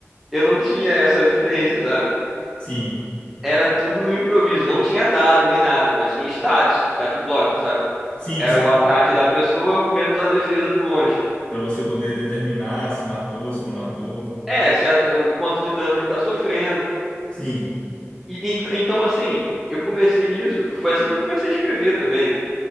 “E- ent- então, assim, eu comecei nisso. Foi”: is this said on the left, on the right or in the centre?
Centre